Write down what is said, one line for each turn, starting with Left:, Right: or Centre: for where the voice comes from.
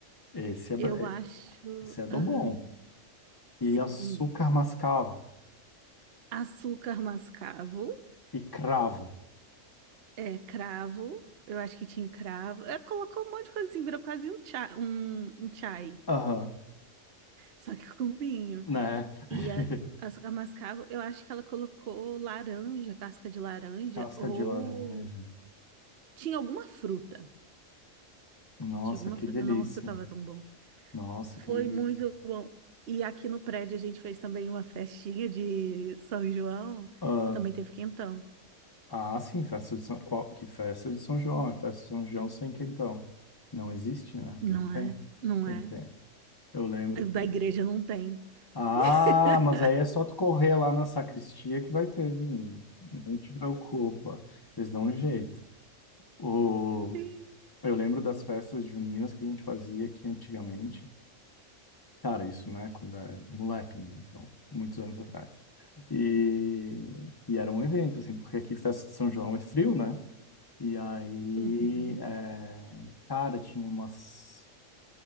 Left: Esse é,
Right: eu acho.
Left: Esse é do
Right: Aham,
Left: bom.
Right: sim.
Left: E açúcar mascavo.
Right: Açúcar mascavo.
Left: E cravo.
Right: É, cravo. Eu acho que tinha cravo. Ela colocou um monte de coisa assim, virou quase um chá, um, um chai,
Left: Aham,
Right: só que <laughs> com vinho.
Left: né?
Right: E
Left: <laughs>
Right: a, açúcar mascavo, eu acho que ela colocou laranja, casca de laranja,
Left: Casca
Right: ou
Left: de laranja.
Right: tinha alguma fruta.
Left: Nossa,
Right: Tinha alguma
Left: que
Right: fruta.
Left: delícia.
Right: Nossa, tava tão bom.
Left: Nossa,
Right: Foi
Left: que delícia.
Right: muito bom. E aqui no prédio a gente fez também uma festinha de São João.
Left: Ah,
Right: Também teve quentão.
Left: ah, sim, festa de São... Qual... Que festa de São João? É festa de São João sem quentão. Não existe, né?
Right: Não
Left: Tem que ter.
Right: é? Não
Left: Tem
Right: é?
Left: que ter. Eu lembro
Right: O
Left: que...
Right: Da igreja não tem.
Left: Ah,
Right: <laughs>
Left: mas aí é só tu correr lá na sacristia que vai ter vinho. Não te preocupa. Eles dão um jeito. O
Right: Sim.
Left: Eu lembro das festas juninas que a gente fazia aqui antigamente. Cara, isso, né, quando é moleque, né? Então, muitos anos atrás. E, e era um evento, assim, porque aqui festa de São João é frio, né? E aí,
Right: Uhum,
Left: é, cara, tinha umas